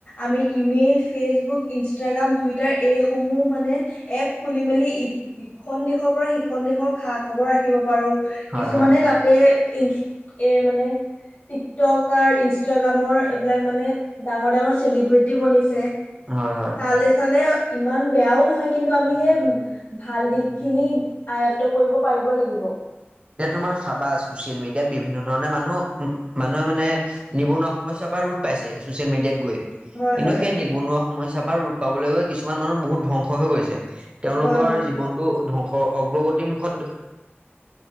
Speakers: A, on the left (about 50°); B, on the right (about 25°).
A: আমি ইমেইল ফেচবুক, ইনষ্টাগ্ৰাম, টুইটাৰ এইসমূহ মানে এপ খুলি মেলি ই ইখন দেশৰ পৰা সিখন দেশৰ খা খবৰ ৰাখিব পাৰোঁ।
B: হয়
A: কিছুমানে
B: হয়
A: তাত তাতে ই <unintelligible> এ মানে টিকটক কাৰ, ইনষ্টাগ্ৰামৰ এইবিলাক মানে ডাঙৰ-ডাঙৰ চেলিব্ৰেটি বনিছে।
B: হয় হয়
A: তালে চালে ইমান বেয়াও নহয় কিন্তু আমি সেই ভাল দিশ খিনি আয়ত- তই কৰিব পাৰিব লাগিব-
B: এইটো মানে চাবাচ চচিয়েল মিডিয়াত বিভিন্ন ধৰণে মানুহ মানুহে মানে- নিবনুৱা সমস্যাৰ পৰা ৰোট পাইছে ছচিয়েল মিডিয়াত গৈ
A: হয়
B: কিন্তু
A: হয়
B: সেই নিবনুৱা সমস্যাৰ পৰাট- পাবলে গৈ কিছু- কিছুমান মানুহ বহুত ধ্বংস হৈ গৈছে তেওঁলোকৰ
A: হয় হয়
B: জীৱনতটো ধ্বংস অগ্ৰগতিৰ মুুখত-